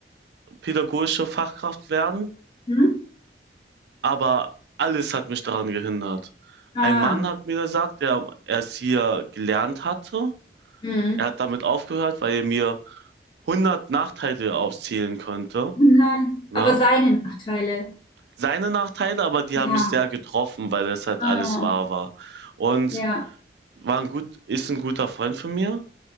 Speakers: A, on the right; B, on the left.
A: pädagogische Fachkraft werden
B: Hm?
A: Aber alles hat mich daran gehindert.
B: Ah.
A: Ein Mann hat mir gesagt, der es hier gelernt hatte.
B: Hm.
A: Er hat damit aufgehört, weil er mir hundert Nachteile aufzählen könnte.
B: Nein.
A: Ne?
B: Aber seine Nachteile.
A: Seine Nachteile, aber die
B: Ja.
A: haben mich sehr getroffen, weil es halt
B: Ah.
A: alles wahr war. Und
B: Ja.
A: war ein gut, ist ein guter Freund von mir.